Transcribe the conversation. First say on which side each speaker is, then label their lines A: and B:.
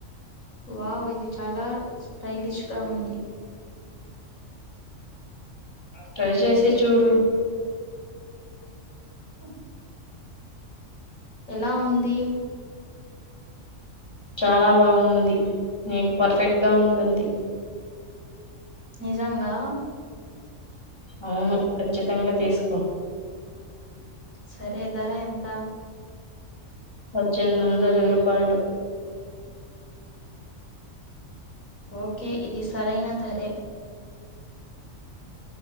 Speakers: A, on the left (about 90°); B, on the left (about 20°).
A: వావ్ ఇది చాలా స్టైలిష్ గా ఉంది
B: ట్రై చేసి చూడు
A: స ఎలా ఉంది
B: చాలా బాగుంది నీకు పర్ఫెక్ట్గా ఉంటుంది
A: నిజంగా
B: అవును ఖచ్చితంగా తీసుకో
A: సరే ధర ఎంత
B: పజ్జెంధ్వందల రూపాయలు
A: ఓకే ఇది సరైన ధరే